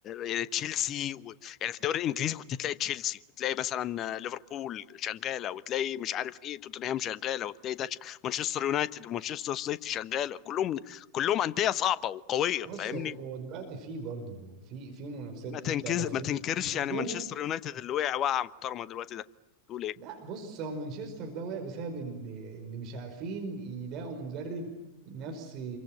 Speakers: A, on the left; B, on the right.
A: يعني تشيلسي يعني في الدوري الانجليزي كنت تلاقي تشيلسي وتلاقي مثلا آه، ليفربول شغاله وتلاقي مش عارف ايه توتنهام شغاله وتلاقي ده ش- مانشستر يونايتد ومانشستر سيتي شغاله كلهم كلهم انديه صعبه وقويه
B: بص
A: فاهمني
B: هو هو دلوقتي في برضه في في منافسات
A: ما تنكز
B: في بتاع بس
A: ما تنكرش
B: النجوم
A: يعني مانشستر يونايتد اللي وقع وقعه محترمه دلوقتي ده تقول ايه
B: لا بص هو مانشستر ده وقع بسبب اللي, اللي مش عارفين يلاقوا مدرب نفس